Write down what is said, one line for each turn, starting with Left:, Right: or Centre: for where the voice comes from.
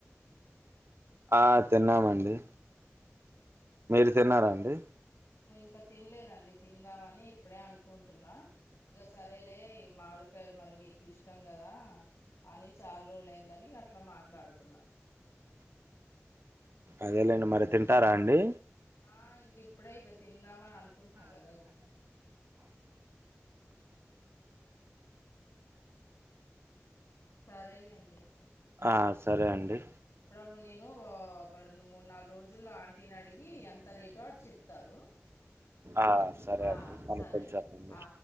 Right: ఆ తిన్నామండి. మీరు తిన్నారండి
Left: ఇంక తినలేదండి తిందామని ఇప్పుడే అనుకుంటున్నా ఇగ సరేలే మామిడికాయలు మరి మీకు ఇష్టం కదా అని చాలా రోజుల అయిందని ఇగ అట్ల మాట్లాడుతున్నా.
Right: అదేలేండి మరి తింటారా అండి
Left: ఆ ఇంక ఇప్పుడే ఇగ తిందామని అనుకుం అనుకుంటున్నా కదా ఏం మ్మ్ సరేలేండి
Right: ఆ సరే అండి
Left: ఇప్పుడు నేను ఒక మూడు నాలుగు రోజుల్లోంట ఆంటీనడిగి ఎంత రేటో చెప్తారు
Right: ఆ సరే
Left: ఆ
Right: అండి
Left: సరే
Right: అనుకొని
Left: అండి.
Right: చెప్పండి
Left: ఆ